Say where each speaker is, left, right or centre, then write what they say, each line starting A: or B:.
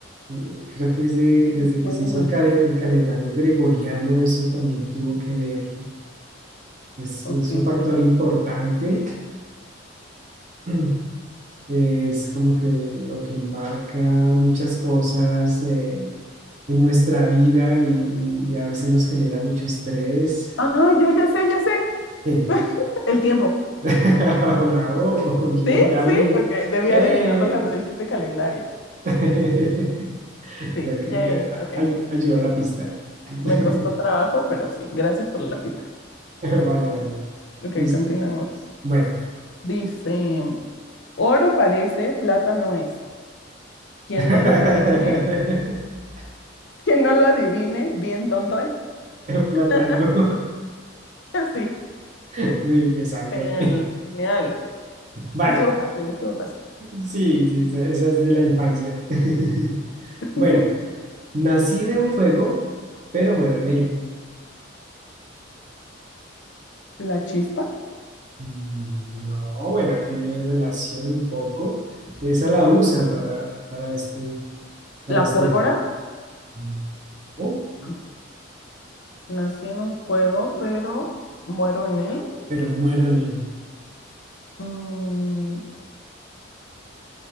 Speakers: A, on the right; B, on the left.
A: eh, creo que desde, desde
B: Y puede
A: que se hizo
B: matar.
A: el, cal- el calendario gregoriano, eso también tuvo que ver, es,
B: Ok.
A: es un factor
B: mira.
A: importante, <clears throat> es como que lo que marca muchas cosas eh, en nuestra vida y, y- y a veces nos genera mucho estrés.
B: Ah, yo ya sé, ya sé.
A: Eh,
B: <laughs> El tiempo.
A: <laughs> Bravo, bien,
B: ¿Sí?
A: Gaby.
B: ¿Sí? Ok, debí
A: ¡Eh!
B: adivinarlo cuando dijiste calendario.
A: <laughs>
B: Sí,
A: Ya que-
B: yay,
A: ya, a-
B: ok.
A: ay- Ayudó a la pista. <laughs>
B: Me costó trabajo, pero sí, gracias por la pita.
A: Vale, vale.
B: Ok,
A: Listo.
B: continuemos.
A: Bueno.
B: Dice, oro parece, plata no es. Quien
A: <laughs>
B: no lo adivine, quien no lo adivine, bien tonto es.
A: Plátano.
B: <laughs> Sí,
A: <laughs> Uy, me salvé.
B: genial, genial.
A: <laughs> Vale.
B: Estuvo fácil, estuvo fácil.
A: Sí, sí, esa esa es de la infancia. <laughs>
B: <laughs>
A: Bueno, nací de un fuego, pero muero en él.
B: La chispa,
A: Mm, No, bueno, tiene relación un poco. que Esa la usan para, para este, para
B: la
A: este.
B: pólvora.
A: Mm, No.
B: No. Nací en un fuego, pero muero en él.
A: pero muero en él.
B: Mm,